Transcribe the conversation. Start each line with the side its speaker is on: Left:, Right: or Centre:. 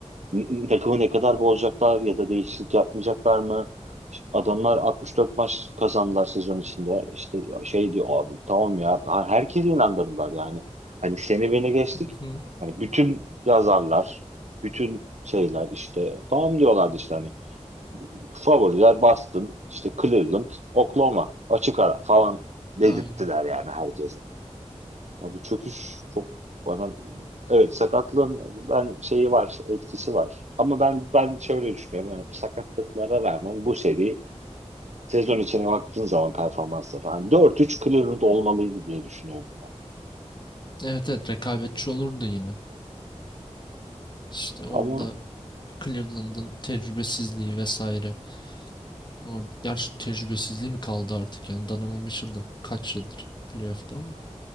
Right: N- Takımı ne kadar bozacaklar ya da değişiklik yapmayacaklar mı? Adamlar 64 maç kazandılar sezon içinde. İşte şey diyor abi tamam ya Ha- herkesi inandırdılar yani. Hani seni beni geçtik.
Left: Hı hı.
Right: Hani bütün yazarlar, bütün şeyler işte tamam diyorlardı işte hani favoriler Boston, işte Cleveland, Oklahoma açık ara falan dedirttiler
Left: Aynen.
Right: yani herkese. Ya bu çöküş çok bana evet sakatlığın ben şeyi var etkisi var. Ama ben ben şöyle düşünüyorum yani bu sakatlıklara rağmen bu seri sezon içine baktığın zaman performansları hani dört üç Cleveland olmalıydı diye düşünüyorum. ben.
Left: Evet evet rekabetçi olurdu yine. İşte orada
Right: Ama
Left: Cleveland'ın tecrübesizliği vesaire. Or Gerçi tecrübesizliği mi kaldı artık yani Donovan Mitchell da kaç yıldır playoff'ta ama.